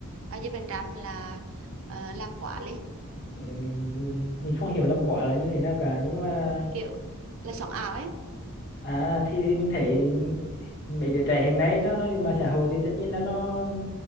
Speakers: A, on the right (about 65°); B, on the left (about 50°).
A: bao nhiêu phần trăm là ờ, làm quá lên
B: ừ, mình không hiểu lắm quả là như thế nào cả nhưng mà
A: kiểu là sống ảo ấy
B: à thì, thì mình thấy mấy đứa trẻ hiện nay nó nó dùng mạng xã hội thì tất nhiên là nó